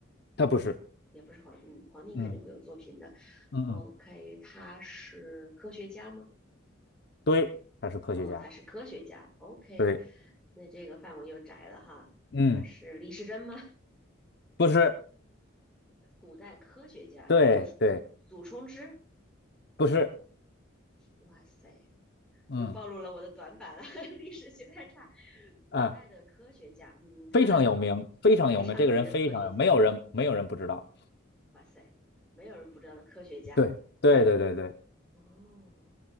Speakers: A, on the left; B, in the centre.
A: 他不是，
B: 也不是皇，嗯，皇帝肯定会有作品的
A: 嗯嗯嗯，
B: ，OK，他是科学家吗？
A: 对，他是科学家，
B: 哦，他是科学家，OK，
A: 对，
B: 那这个范围又窄了哈。
A: 嗯，
B: 他是李时珍吗？
A: 不是，
B: <laughs> 古代科学家，
A: 对对，
B: 祖祖冲之，
A: 不是，
B: 哇塞，
A: 嗯。
B: 又暴露了我的短板了，<laughs> 历史学太差。古代的科学家，
A: 啊。
B: 嗯，他的科
A: 非常有名，非常有名，
B: 非常有名的科学家，
A: 这个人非常有，没有人没有人不知道。
B: 哇塞，没有人不知道的科学家。
A: 对对对对对，
B: 哦，